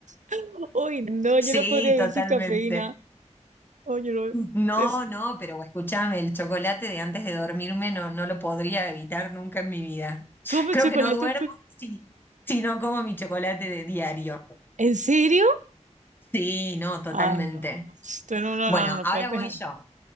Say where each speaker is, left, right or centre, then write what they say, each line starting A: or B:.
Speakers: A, on the right; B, on the left.
A: <laughs> Uy, no, yo
B: Sí,
A: no podría vivir
B: totalmente.
A: sin cafeína. Oye, no.
B: No,
A: Es,
B: no, pero escúchame, el chocolate de antes de dormirme no, no lo podría evitar nunca en mi vida.
A: ¿comes
B: Creo
A: chocolate?
B: que no duermo si, si no como mi chocolate de diario.
A: ¿En serio?
B: Sí, no, totalmente.
A: Ah, no. Esto no, no,
B: Bueno,
A: no, no lo
B: ahora
A: puedes dejar.
B: voy yo.